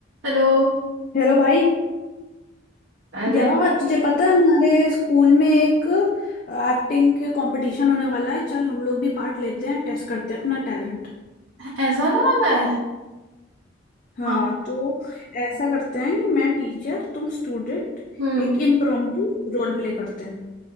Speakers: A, on the right; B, on the left.
A: Hello
B: Hello भाई
A: अरे
B: यार तुझे पता है हमारे स्कूल में एक एक्टिंग के कंपटीशन होने वाला है चल हम लोग भी पार्ट लेते हैं टेस्ट करते हैं अपना टैलेंट
A: ऐसा ना मैं
B: हाँ
A: हाँ
B: तो ऐसा करते हैं कि मैं टीचर तुम स्टूडेंट
A: हम्म
B: एक इम्प्रॉम्प्टू रोल प्ले करते हैं